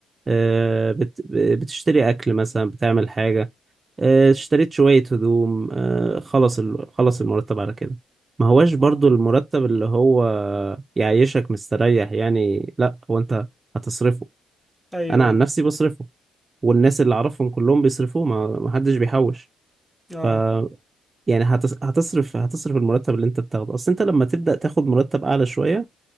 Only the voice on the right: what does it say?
آه، بت- بتشتري اكل مثلا بتعمل حاجة آه، اشتريت شوية هدوم آه، خلص ال... خلص المرتب على كده ما هواش برضو
المرتب اللي هو يعيشك مستريح يعني لا هو انت هتصرفه
انا
عن نفسي بصرفه والناس اللي اعرفهم كلهم بيصرفوه ما ما حدش بيحوش
ف يعني هتص- هتصرف هتصرف المرتب اللي انت بتاخده اصل انت لما تبدأ تاخد مرتب اعلى شوية